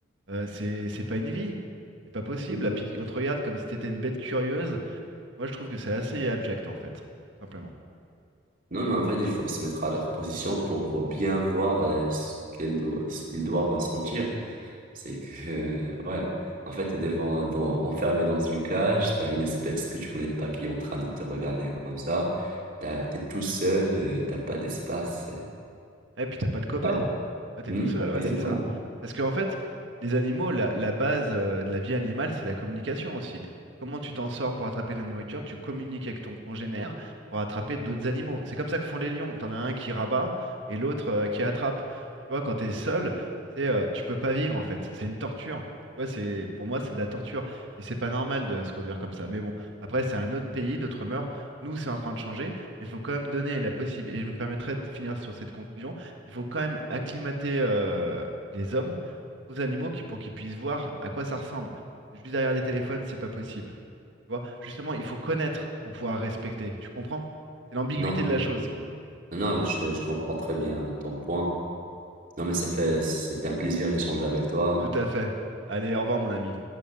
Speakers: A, on the right; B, on the right.
A: Euh, c'est c'est pas une vie. C'est pas possible.
B: Mhm.
A: Là, puis on te regarde comme si t'étais une bête curieuse. Moi, je trouve que c'est assez abject, en fait. Tout simplement.
B: Non, mais en fait, il faut se mettre à leur position pour vo- bien voir euh, ce qu'elles do- ce qu'ils doivent ressentir. C'est que, <laughs> euh, ouais, en fait, t'es devant, dans, enfermé dans une cage, t'as une espèce que tu connais pas qui est en train de te regarder comme ça, t'as, t'es tout seul, euh, t'as pas d'espace. euh.
A: Et puis t'as pas de copain.
B: Ouais.
A: Ah, t'es
B: Hmm,
A: tout seul, ouais,
B: Exactement.
A: c'est ça. Parce qu'en fait, les animaux, la, la base euh, de la vie animale, c'est la communication aussi. Comment tu t'en sors pour attraper de la nourriture? Tu communiques avec ton congénère pour attraper d'autres animaux. C'est comme ça que font les lions. T'en as un qui rabat et l'autre euh, qui attrape. Tu vois, quand t'es seul, c'est euh, tu peux pas vivre en fait. C'est une torture. Tu vois, c'est pour moi, c'est de la torture. Et c'est pas normal de se conduire comme ça. Mais bon, après, c'est un autre pays, d'autres mœurs. Nous, c'est en train de changer, mais il faut quand même donner la possibilité. Et je me permettrai de finir sur cette conclusion il faut quand même acclimater euh, les hommes aux animaux qui- pour qu'ils puissent voir à quoi ça ressemble. Juste derrière des téléphones, c'est pas possible. Tu vois? Justement, il faut connaître pour pouvoir respecter. Tu comprends? C'est l'ambiguïté
B: Non,
A: de
B: c'est
A: la
B: ça.
A: chose.
B: Non, non, je, je comprends très bien ton point. Non, mais c'est fait, c'était un plaisir d'échanger avec toi.
A: Tout à fait. Allez, au revoir, mon ami.